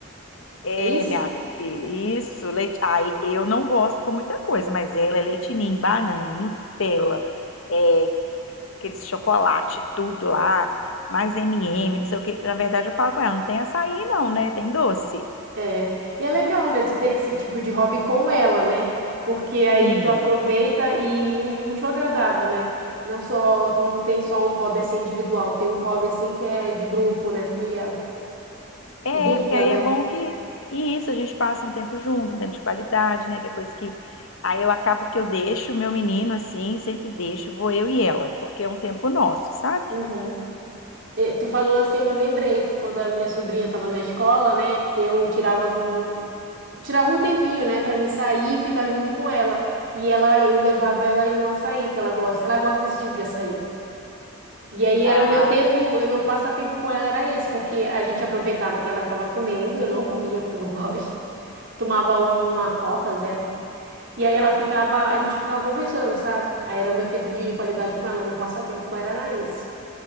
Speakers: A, on the left; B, on the right.
A: <laughs> é
B: É isso?
A: minha filha, isso, leite. Ai, eu não gosto com muita coisa, mas ela é leite ninho, banana, Nutella, é, aqueles chocolate, tudo lá, mais M&M, não sei o que. Na verdade, eu falo com ela, não tem açaí aí não, né? Tem doce.
B: É. E é legal, né? Tu ter esse tipo de hobby com ela, né? Porque aí
A: Sim.
B: tu aproveita e une o útil ao agradável, né? Não só, não tem só um hobby assim individual, tem um hobby assim que é de grupo, né? Tu e ela.
A: É,
B: De dupla,
A: porque aí
B: né?
A: é bom que. E isso, a gente passa um tempo junto, um tempo de qualidade, né? Que é coisa que. Aí eu acabo que eu deixo o meu menino assim, sempre deixo, vou eu e ela, porque é um tempo nosso, sabe?
B: Uhum. E tu falou assim, eu me lembrei que quando a minha sobrinha estava na escola, né? Eu tirava algum. Tirava um tempinho, né, Para mim sair e ficar junto com ela. E ela, eu levava ela aí no açaí que ela gosta. Ela gosta desse tipo de açaí. E aí
A: Ah,
B: era o meu tempo, o meu passatempo com ela era esse, porque a gente aproveitava que ela estava comendo, eu não comia porque eu não <laughs> gosto. Tomava uma Coca zero. E aí ela ficava, a gente ficava conversando, sabe? Aí era o meu tempo de qualidade com ela, o meu passatempo com ela era esse.